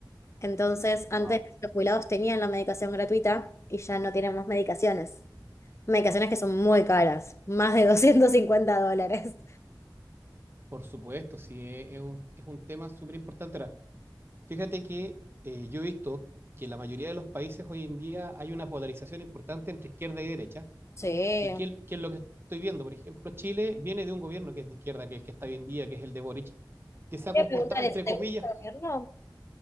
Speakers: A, on the left; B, on the right.
A: Entonces, antes
B: Wow.
A: los jubilados tenían la medicación gratuita y ya no tienen más medicaciones. Medicaciones que son muy caras, más de 250 dólares.
B: Por supuesto, sí, es es un, es un tema súper importante. Ahora, fíjate que eh, yo he visto que en la mayoría de los países hoy en día hay una polarización importante entre izquierda y derecha.
A: Sí,
B: ¿Y qué, es qué es lo que estoy viendo? Por ejemplo, Chile viene de un gobierno que es de izquierda, que es el que está hoy en día, que es el de Boric, que se ha
A: Voy
B: comportado,
A: a preguntar
B: entre
A: eso, ¿te
B: comillas,
A: gusta el gobierno?